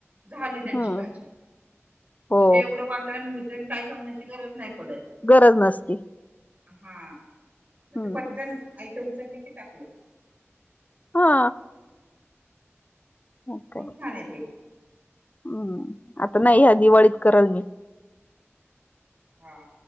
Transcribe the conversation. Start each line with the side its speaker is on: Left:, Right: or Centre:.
Right: झाली त्यांची
Left: हम्म
Right: भाजी
Left: हो
Right: म्हणजे एवढ वाटण भ काय करण्याची गरज नाही पडत
Left: गरज नसती
Right: हा म्हणजे
Left: हम्म
Right: पटकन आयत उचललं की टाकलं
Left: हा
Right: असं
Left: ओके
Right: खूप छान आहे ते
Left: हम्म आता नाही ह्या दिवाळीत कराल मी
Right: हा